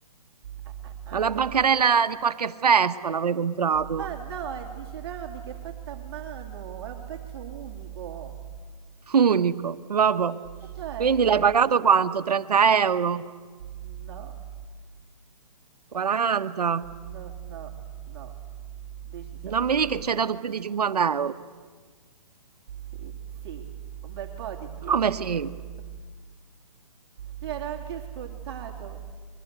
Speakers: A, on the right; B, on the right.
A: A- a-
B: Alla
A: Anto,
B: bancarella di qualche festa l'avrei comprato.
A: ma no, è di ceramica, è fatta a mano, è un pezzo unico.
B: Unico, vabbè.
A: E certo,
B: Quindi l'hai pagato quanto? 30 euro?
A: no,
B: 40?
A: no, no, no, decisamente.
B: Non mi dici che ci hai dato più di 50 euro.
A: Sì, sì, un bel po' di più.
B: Come
A: <laughs>
B: sì?
A: Era anche scontato.